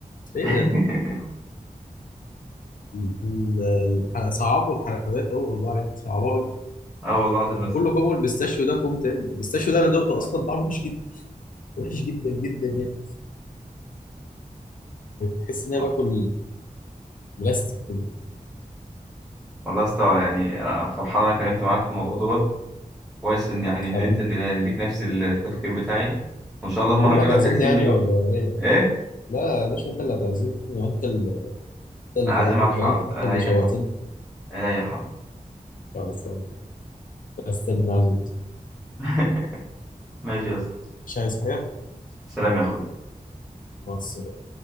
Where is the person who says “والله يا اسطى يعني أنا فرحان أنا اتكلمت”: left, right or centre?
Centre